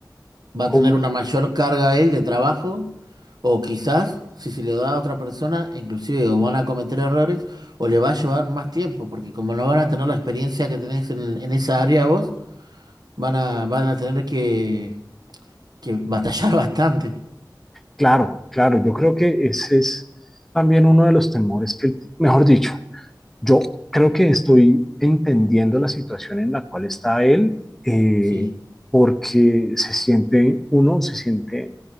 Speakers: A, on the right; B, in the centre.
A: va a
B: como,
A: tener una mayor carga él de trabajo, o quizás, si se le da a otra persona, inclusive o van a cometer errores, o le va a llevar más tiempo, porque como no van a tener la experiencia que tenés en, en esa área vos, van a, van a tener que, que batallar <laughs> bastante.
B: claro, claro, yo creo que ese es también uno de los temores que, él- mejor dicho, Yo creo que estoy entendiendo la situación en la cual está él, eh,
A: Sí,
B: porque se siente, uno, se siente,